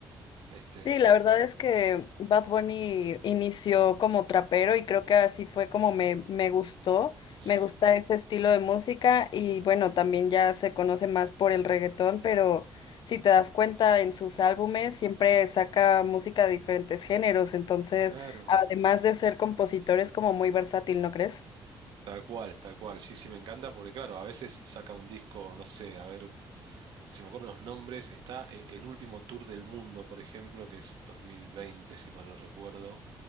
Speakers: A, on the right; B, on the left.
A: Este,
B: Sí, la verdad es que Bad Bunny inició como trapero y creo que así fue como me, me gustó.
A: sí,
B: Me gusta ese estilo de música y bueno, también ya se conoce más por el reggaetón, pero si te das cuenta en sus álbumes siempre saca música de diferentes géneros, entonces
A: claro.
B: además de ser compositor es como muy versátil, ¿no crees?
A: Tal cual, tal cual. Sí, sí, me encanta porque, claro, a veces saca un disco, no sé, a ver, si me acuerdo los nombres, está eh, el último tour del mundo, por ejemplo, que es 2020, si mal no recuerdo.